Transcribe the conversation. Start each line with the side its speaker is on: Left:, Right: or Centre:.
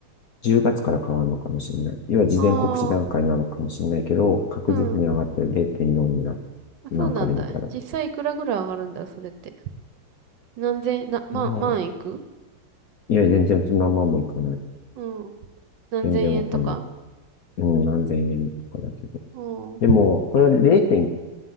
Left: 10月から変わるのかもしれない。要は事前告知段階なのかもしれないけど、
Right: ああ、
Left: 確実に上がって0.4になって、
Right: うん。あ、そうなんだ。
Left: なんかで見たら。
Right: 実際いくらぐらい上がるんだよ、それって。何千、な、ま、
Left: まあ、
Right: 万いく
Left: いや、全然そんなまんもいかない。
Right: うん。何千円とか
Left: 全然わかんない。うん、何千円とかだけど。
Right: うん。
Left: でも、これは 0.